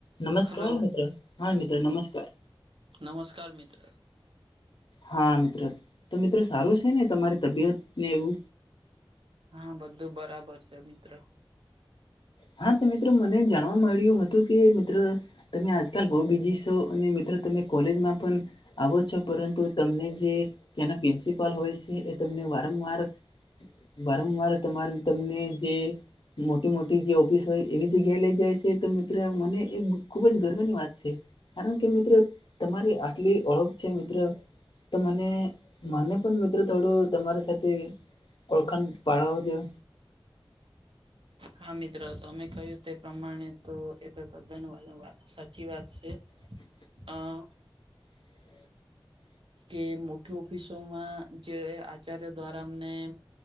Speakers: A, on the left; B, on the right.
A: નમસ્કાર
B: હલો
A: મિત્ર, હા મિત્ર નમસ્કાર.
B: નમસ્કાર મિત્ર
A: હા મિત્ર, તો મિત્ર સારું છે ને તમારી તબિયતને એવુ
B: હા બધું બરાબર છે મિત્ર.
A: હા તો મિત્રો મને જાણવા મળ્યું હતું કે મિત્ર તમે આજકાલ બહુ બીઝી છો અને મિત્રો તમે કોલેજમાં પણ આવો છો પરંતુ તમને જે ત્યાંના પ્રિન્સિપાલ હોય છે એ તમને વારંવાર વારંવાર તમારે તમને જે મોટી મો જે ઓફિસ હોય એવી જગ્યા લઈ જાય છે તો મિત્ર મને એક ખુબ જ ગર્વની વાત છે. કારણ કે મિત્રો તમારી આટલી ઓળખ છે મિત્ર તો મને મને પણ મિત્રો થોડું તમારા સાથે ઓળખન પાળવજો.
B: હા મિત્ર તમે કહ્યું તે પ્રમાણે તો એ તો તદ્દન વાલા સાચી વાત છે.
A: <inaudible> <unintelligible>
B: હ.
A: <inaudible> <unintelligible>
B: કે મોઠી ઓફિસોમાં જે આચાર્ય દ્વારા અમને